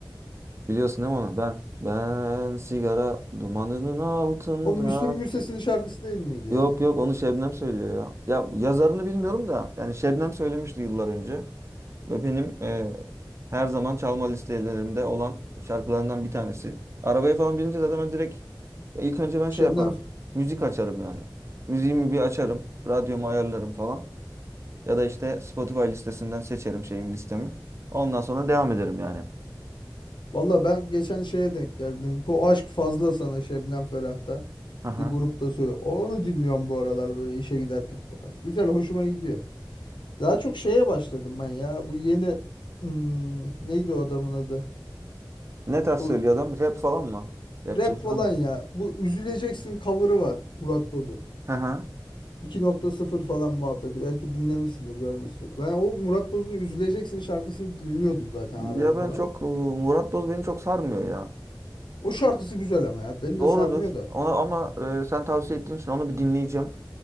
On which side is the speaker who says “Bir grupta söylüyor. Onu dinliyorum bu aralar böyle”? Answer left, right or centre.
Left